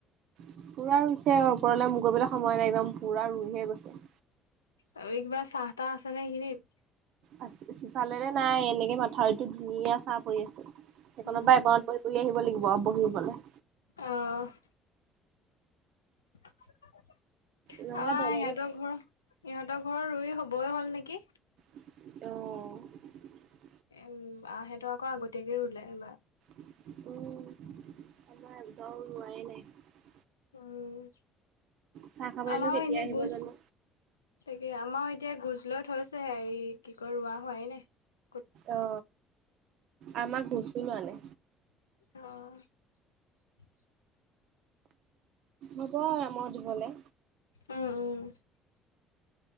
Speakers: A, on the right (about 60°); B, on the left (about 80°).
A: উম'পুৰা ৰুইছে ওপৰলৈ মূৰ কৰিবলৈ সময় নাই। একদম পুৰা ৰুই ধেই গৈছে।
B: আৰু কিবা চাহ তাহ আছেনে এইখিনিত।
A: আছে সিফালৰে নাই এনেকে মাথাউৰিটোত ধুনীয়া চাঁ পৰি আছে। সেইকনৰ
B: উম,
A: পাই একনত পঢ়ি পঢ়ি আহিব লাগিব পঢ়িবলে।
B: অ', আমাৰ
A: নহ'লে দলনিত
B: সিহঁতৰ ঘৰৰ ইহঁতৰ ঘৰৰ ৰুই হ'ব। ৰুব হ'ল নেকি?
A: অ',
B: উম'বা হঁতৰ আকৌ আগতীয়াকে ৰুলে এইবা
A: উম', আমাৰ এদৰাওঁ ৰোৱায়েই নাই।
B: উম'।
A: চাহ খাবলেনো
B: আমাৰও
A: কেতিয়া
B: এনে
A: আহিব
B: গুছ,
A: জানো
B: তাকে আমাৰও এতিয়া গুছ ুলত হৈছেে এই কি ক ৰোৱা হয়োৱাই নে <inaudible>
A: অ আমাক গুচো লোৱানে
B: অ
A: হব আৰামৰ দিবলৈ
B: উম উম